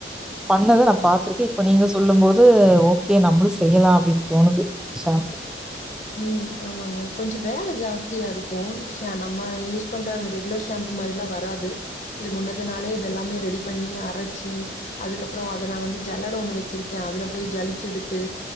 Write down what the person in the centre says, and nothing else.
பண்ணத நா பா்த்ருக்கே இப்ப நீங்க சொல்லும் போது ஓகே நம்ளு செய்யலா அப்டின் தோணுது ஷேம்ப்பு